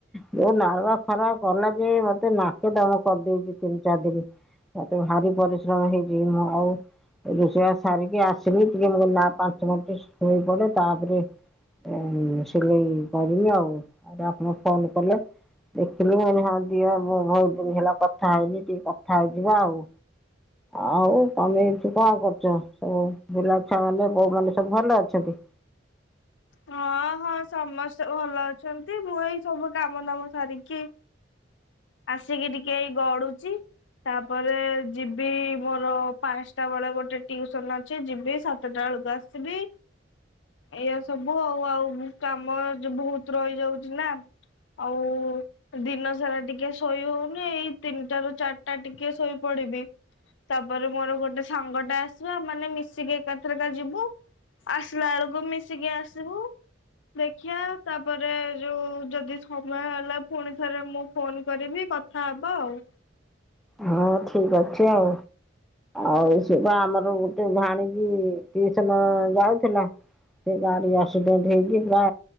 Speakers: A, in the centre; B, on the left.
A: ଯୋଉ ନାରୁଆ ଖରା କଲା ଯେ, ମତେ ନାକେ ଦମ କରିଦେଇଚି ସେ ତିନ୍ ଚାର୍ ଦିନି। ମତେ ଭାରି ପରିଶ୍ରମ ହେଇଛି, ମୁଁ ଆଉ ରୋଷେୟାସ୍ ସାରିକି ଆସିଲି। ଟିକେ ମୁଁ କହିଲି ନା ପାଞ୍ଚ ମିଣ୍ଟି ଶୋଇ ପଡେ। ତାପରେ ଏଁ ମ୍ ସିଲେଇ କରିମି ଆଉ। ଆଉ ଦା ଆପଣ ଫୋନ୍ କଲେ। ଦେଖିଲି ହଁ ଦିଅ, ମୁଁ ଭଉ ଦିନି ହେଲା କଥା ହେଇନି। ଟିକେ କଥା ହେଇଯିବା ଆଉ ଆଉ ତମେ ଏଠି କଁ କରୁଚ? ସବୁ ପିଲାଛୁଆ ମାନେ, ବୋଉ ମାନେ ସବୁ ଭଲ ଅଛନ୍ତି?
B: ହଁ, ହଁ ସମସ୍ତେ ଭଲ ଅଛନ୍ତି। ମୁଁ ଏଇ ସବୁ କାମ ଦାମ ସାରିକି ଆସିକି ଟିକେ ଏଇ ଗଡୁଛି। ତାପରେ ଯିବି ମୋର ପାଁଷ୍ଟା ବେଳେ ଗୋଟେ ଟିଉସନ ଅଛି ଯିବି। ସାତ ଟା ଏଳୁକୁ ଆସିବି। ଏଇଆ ସବୁ ଆଉ-ଆଉ କାମ ଜ ବହୁତ୍ ରହିଯାଉଛି ନା ଆଉ ଦିନ ସାରା ଟିକେ ଶୋଇ ହୋଉ ମୁ ଏଇ ତିନ୍ ଟା ରୁ ଚାର୍ଟା ଟିକେ ଶୋଇପଡିବି ତାପରେ ମୋର ଗୋଟେ ସାଙ୍ଗ ଟା ଆସ ଆସିବା ମାନେ ମିଶିକି ଏକାଥର କା ଯିବୁ ଆସ୍ଲା ଏଳକୁ ମିଶ ଆସିବୁ ଦେଖିଆ ତା ପରେ ଯୋଉ ଯଦି ସମୟ ହେଲା ଫୁଣି ଥରେ ମୁଁ ଫୋନ୍ କରିବି କଥା ହବା ଆଉ
A: ହଁ ଠିକ୍ ଅଛି ଆଉ ଆଉ ସେ ବା ଆମର ଗୋଟେ ଭାଣୀଜି ଟିସନ ଯାଉଥିଲା ସେ ଗାଡି ଆକ୍ସିଡେଣ୍ଟ ହେଇକି ପୁରା